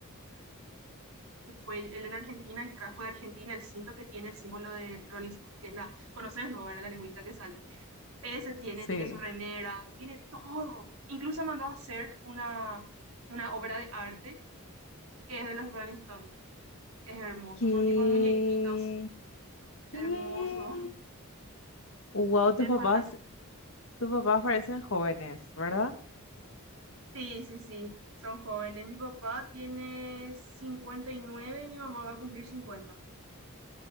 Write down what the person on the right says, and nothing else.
fue él en Argentina y trajo de Argentina el cinto que tiene el símbolo de Rolling Stone, que es la, conoces luego, era la lengüita que sale. Ese tiene,
tiene su remera, tiene todo. Incluso mandó a hacer una, una obra de arte que es de los Rolling Stone. Es hermoso,
son tipo muñequitos,
hermoso,
<laughs> de
fanático.
Sí, sí, sí, son jóvenes. Mi papá tiene 59, mi mamá va a cumplir 50.